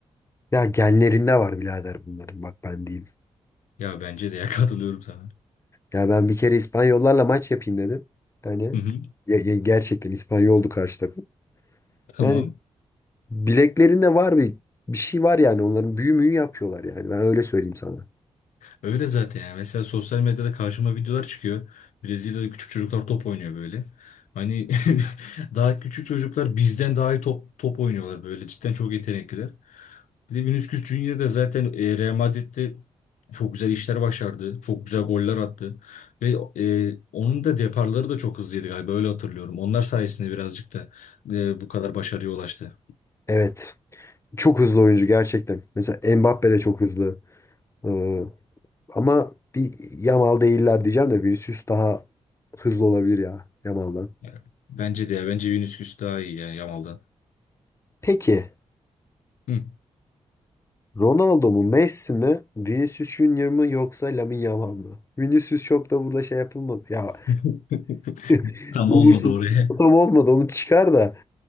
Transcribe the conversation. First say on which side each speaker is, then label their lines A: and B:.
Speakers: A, on the left; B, on the left.
A: Ya genlerinde var birader bunların bak ben diyeyim.
B: Ya bence de ya <laughs> katılıyorum sana.
A: Ya ben bir kere İspanyollarla maç yapayım dedim. Yani
B: Hı hı,
A: ya- ya gerçekten İspanyoldu karşı takım.
B: tamam.
A: Yani bileklerinde var bir bir şey var yani onların büyü müyü yapıyorlar yani ben öyle söyleyeyim sana.
B: Öyle zaten yani. Mesela sosyal medyada karşıma videolar çıkıyor. Brezilya'da küçük çocuklar top oynuyor böyle. Hani <laughs> daha küçük çocuklar bizden daha iyi top, top oynuyorlar böyle. Cidden çok yetenekliler. Bir de Vinicius Junior da zaten e, Real Madrid'de çok güzel işler başardı. Çok güzel goller attı. Ve e, onun da deparları da çok hızlıydı galiba öyle hatırlıyorum. Onlar sayesinde birazcık da e, bu kadar başarıya ulaştı.
A: Evet. Çok hızlı oyuncu gerçekten. Mesela Mbappe de çok hızlı. Ee, ama bir Yamal değiller diyeceğim de Vinicius daha hızlı olabilir ya Yamal'dan.
B: Yani bence de ya, bence Vinicius daha iyi yani Yamal'dan.
A: Peki
B: Hı.
A: Ronaldo mu Messi mi Vinicius Junior mı yoksa Lamine Yamal mı? Vinicius çok da burada şey yapılmadı. Ya
B: <laughs>
A: <laughs>
B: Tam
A: Umut'un
B: olmadı oraya.
A: tam olmadı onu çıkar da.